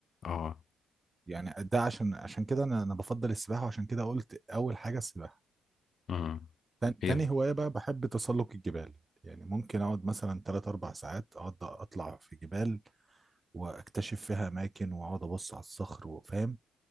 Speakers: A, on the left (about 55°); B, on the right (about 20°).
A: اه
B: يعني ده عشان عشان كده انا انا بفضل السباحه وعشان كده قلت اول حاجه السباحه
A: امم
B: تان-
A: هي
B: تاني هوايه بقى بحب تسلق الجبال يعني ممكن اقعد مثلا 3 4 ساعات اقعد اطلع في جبال واكتشف فيها اماكن واقعد ابص على الصخر وفاهم